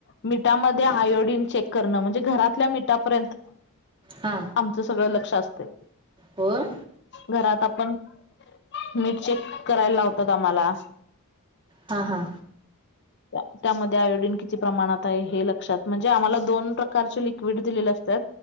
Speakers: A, on the left; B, on the right.
A: मिठामध्ये आयोडीन चेक करणं म्हणजे घरातल्या मिठापर्यंत
B: हा,
A: आमचं सगळं लक्ष असतयं.
B: होय.
A: घरात आपण मीठ चेक करायला लावतात आम्हाला.
B: हा-हा,
A: त्यामध्ये आयोडीन किती प्रमाणात आहे हे लक्षात म्हणजे आम्हाला दोन प्रकारचे लिक्विड दिलेली असतात.